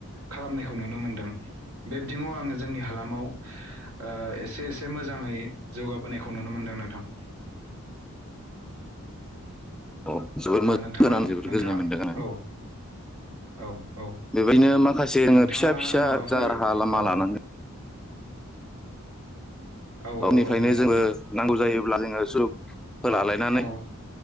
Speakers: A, on the right; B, in the centre.
A: खालामनायखौ नुनो मोनदों बे बिथिङाव आङो जोंनि हालामाव ओ एसे एसे मोजाङै जौगाबोनायखौ नुनो मोनदों नोंथां।
B: अ जोबोद
A: ओ नोंथाङा
B: <unintelligible> जोबोद
A: नोंथाङा
B: गोजोननाय मोनदों गोनां
A: औ औ औ
B: बेबायदिनो माखासे जोङो
A: नोंथाङा
B: फिसा फिसा
A: माबाफोर
B: जा राहा लामा
A: औ
B: लानाङो
A: औ
B: उनिफ्रायनो
A: औ औ नंगौ
B: जोबो
A: नोंथां
B: नांगौ जायोब्ला जोङो। जब- फोला लालायनानै
A: औ